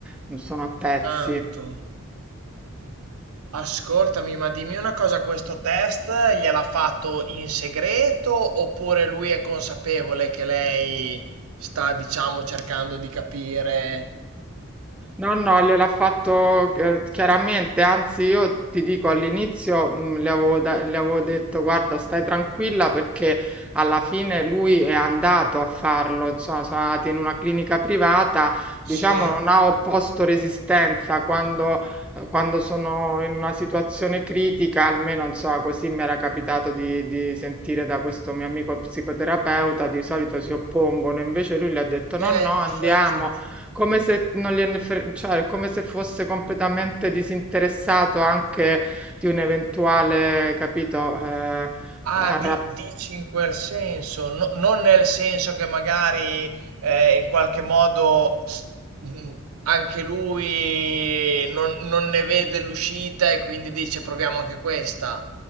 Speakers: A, in the centre; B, on the right.
A: non sono a pezzi.
B: Tanto. Ascoltami, ma dimmi una cosa, questo test gliel'ha fatto in segreto oppure lui è consapevole che lei sta, diciamo, cercando di capire?
A: No, no, gliel'ha fatto eh, chiaramente, anzi io ti dico all'inizio mh, le avevo, da- le avevo detto guarda stai tranquilla perché alla fine lui è andato a farlo, insomma sono andati in una clinica privata, diciamo
B: Sì.
A: non ha opposto resistenza quando, eh, quando sono in una situazione critica, almeno insomma così mi era capitato di, di sentire da questo mio amico psicoterapeuta, di solito si oppongono, invece lui le ha detto no,
B: Eh,
A: no, andiamo
B: infatti.
A: come se non gliene fre- cioè, come se fosse completamente disinteressato anche di un eventuale, capito, eh,
B: Ah,
A: arra-
B: di- dici in quel senso, no- non nel senso che magari eh, in qualche modo s- mh, anche lui non, non ne vede l'uscita e quindi dice proviamo anche questa.